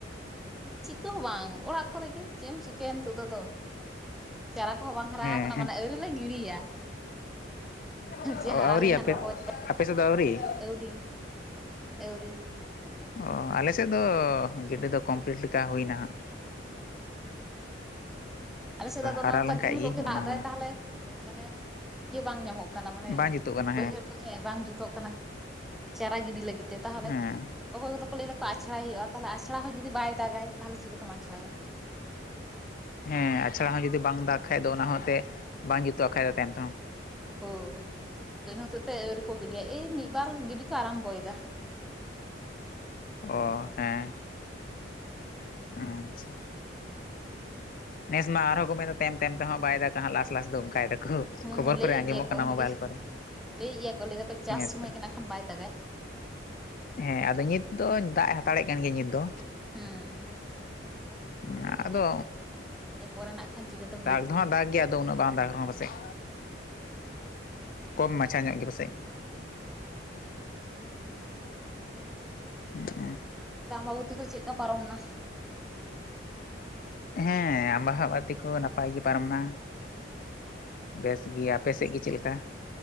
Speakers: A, in the centre; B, on the left.
A: ᱪᱤᱠᱟᱹ ᱦᱚᱸ ᱵᱟᱝ ᱚᱲᱟᱜ ᱠᱚᱨᱮᱜᱮ ᱪᱮᱫ ᱮᱢ ᱪᱤᱠᱟᱹᱭᱟ ᱱᱤᱛᱚᱜ ᱫᱚ ᱟᱫᱚ ᱪᱟᱨᱟ ᱠᱚᱦᱚᱸ ᱵᱟᱝ ᱦᱟᱨᱟ
B: ᱦᱮᱸ
A: ᱟᱠᱟᱱᱟ
B: ᱦᱮᱸ
A: ᱢᱟᱱᱮ ᱟᱹᱣᱨᱤᱞᱮ ᱜᱤᱲᱤᱭᱟ᱾
B: ᱚ
A: ᱡᱮ ᱦᱟᱨᱟ
B: ᱟᱹᱣᱨᱤ
A: ᱞᱮᱱᱠᱷᱟᱱ
B: ᱟᱯᱮ
A: ᱨᱚᱦᱚᱭ
B: ᱟᱯᱮ ᱥᱮᱫ ᱫᱚ ᱟᱹᱣᱨᱤ?
A: ᱟᱹᱣᱨᱤ ᱟᱹᱣᱨᱤ
B: ᱚ ᱟᱞᱮ ᱥᱮᱫ ᱫᱚ ᱜᱤᱰᱤ ᱫᱚ ᱠᱚᱢᱯᱞᱤᱴ ᱞᱮᱠᱟ ᱦᱩᱭ ᱱᱟ ᱦᱟᱜ᱾
A: ᱚ ᱟᱞᱮ ᱥᱮᱫ ᱫᱚ ᱟᱫᱚ
B: ᱦᱟᱨᱟ
A: ᱚᱱᱮ ᱚᱱᱠᱟ
B: ᱞᱮᱱᱠᱷᱟᱡ
A: ᱫᱤᱱ ᱦᱤᱞᱳᱜ ᱜᱮ
B: ᱚᱱᱟ
A: ᱫᱟᱜᱫᱟᱭ ᱛᱟᱦᱞᱮ ᱢᱟᱱᱮ ᱤᱭᱟᱹ ᱵᱟᱝ ᱧᱟᱢᱚᱜ ᱠᱟᱱᱟ ᱢᱟᱱᱮ
B: ᱵᱟᱝ ᱡᱩᱛᱩᱜ ᱠᱟᱱᱟ
A: ᱵᱟᱹᱭᱦᱟᱹᱲ ᱠᱚ ᱦᱮᱸ ᱵᱟᱝ ᱡᱩᱛᱚᱜ ᱠᱟᱱᱟ᱾ ᱪᱟᱨᱟ ᱜᱤᱰᱤ ᱞᱟᱹᱜᱤᱫ ᱛᱮ ᱛᱟᱦᱚᱞᱮ
B: ᱦᱮᱸ
A: ᱚᱠᱚᱭ ᱠᱚᱫᱚ ᱠᱚ ᱞᱟᱹᱭ ᱫᱟ ᱟᱷᱲᱟᱭ ᱦᱩᱭᱩᱜᱼᱟ ᱛᱟᱦᱞᱮ ᱟᱷᱲᱟ ᱦᱚᱸ ᱡᱩᱫᱤ ᱵᱟᱭ ᱫᱟᱜᱟᱭ ᱛᱟᱦᱚᱞᱮ ᱪᱤᱠᱟᱹᱛᱮᱢ ᱟᱪᱷᱲᱟᱭᱟ᱾
B: ᱦᱮᱸ ᱟᱪᱷᱟᱲᱟ ᱦᱚᱸ ᱡᱩᱫᱤ ᱵᱟᱝ ᱫᱟᱜ ᱠᱷᱟᱡ ᱫᱚ ᱚᱱᱟ ᱦᱚᱸ ᱮᱱᱛᱮᱫ ᱵᱟᱝ ᱡᱩᱛᱩᱜ ᱠᱷᱟᱱᱡ ᱫᱚ ᱛᱟᱭᱚᱢ ᱛᱮᱦᱚᱸ᱾
A: ᱦᱳᱭ ᱟᱫᱚ ᱤᱱᱟᱹ ᱦᱚᱛᱮᱫ ᱛᱮ ᱟᱹᱣᱨᱤ ᱠᱚ ᱜᱤᱰᱤᱭᱟ ᱮᱭ ᱢᱤᱫ ᱵᱟᱨ ᱜᱤᱰᱤ ᱠᱚ ᱟᱨᱟᱢᱵᱚᱭᱮᱫᱟ
B: ᱚ ᱦᱮᱸ ᱟᱪᱪᱷᱟ ᱱᱮᱥ ᱢᱟ ᱟᱨᱦᱚᱸ ᱠᱚ ᱢᱮᱮᱫᱫᱟ ᱛᱟᱭᱚᱢ ᱛᱮᱦᱚᱸ ᱵᱟᱭ ᱫᱟᱜᱠᱟ ᱦᱟᱸ ᱞᱟᱥ ᱞᱟᱥ ᱫᱚ ᱚᱱᱠᱟᱭ ᱫᱟᱠᱚ
A: ᱦᱮᱸ
B: ᱠᱷᱚᱵᱚᱨ ᱠᱚᱨᱮ
A: ᱞᱟᱹᱭᱮᱫ
B: ᱟᱜᱮ
A: ᱜᱮᱭᱟ
B: ᱢᱚᱜ
A: ᱠᱚ
B: ᱠᱟᱱᱟ ᱢᱳᱵᱟᱭᱤᱞ
A: ᱞᱟᱹᱭ
B: ᱠᱚᱨᱮ
A: ᱞᱟᱹᱭᱮᱫ ᱜᱮᱭᱟ ᱠᱚ ᱞᱟᱹᱭ ᱫᱟᱠᱚ ᱪᱟᱥ
B: ᱦᱮᱸᱛᱚ
A: ᱥᱚᱢᱚᱭ ᱜᱮ ᱱᱟᱜ ᱠᱷᱟᱱ ᱵᱟᱭ ᱫᱟᱜᱟᱭ
B: ᱦᱮᱸ ᱟᱫᱚ ᱱᱤᱛ ᱫᱚ ᱫᱟᱜ ᱮ ᱦᱟᱛᱟᱲᱮᱫ ᱠᱟᱱ ᱜᱮᱭᱟ ᱱᱤᱛ ᱫᱚ
A: ᱦᱮᱸ ᱦᱮᱸ
B: ᱦᱮ
A: ᱪᱤᱠᱟᱹᱭᱟᱭ
B: ᱟᱫᱚ
A: ᱯᱚᱨᱮ ᱱᱟᱜ ᱠᱷᱟᱱ ᱪᱤᱠᱟᱹᱛᱮᱢ
B: ᱫᱟᱜᱽ
A: ᱞᱟᱹᱭ
B: ᱫᱚᱦᱟᱸᱜ ᱫᱟᱜᱽ ᱜᱮᱭᱟ ᱟᱫᱚ ᱩᱱᱟᱹᱜ ᱵᱟᱝ ᱫᱟᱜᱽ ᱨᱮᱦᱚᱸ ᱯᱟᱥᱮᱡ
A: ᱦᱳᱭ
B: ᱠᱚᱢ ᱢᱟᱪᱷᱟ ᱧᱚᱜ ᱜᱮ ᱯᱟᱥᱮᱡ
A: ᱦᱮᱸ
B: <unintelligible>
A: ᱟᱢᱵᱟᱵᱚᱛᱤ ᱠᱚ ᱪᱮᱫᱠᱟ ᱯᱟᱨᱚᱢᱱᱟ?
B: ᱦᱮᱸ ᱟᱢ ᱵᱟᱦᱟ ᱵᱟᱛᱤ ᱠᱚ ᱱᱟᱯᱟᱭ ᱜᱮ ᱯᱟᱨᱚᱢ ᱱᱟ ᱵᱮᱥ ᱜᱮᱭᱟ ᱟᱯᱮ ᱥᱮᱫ ᱜᱮ ᱪᱮᱫ ᱞᱮᱠᱟ?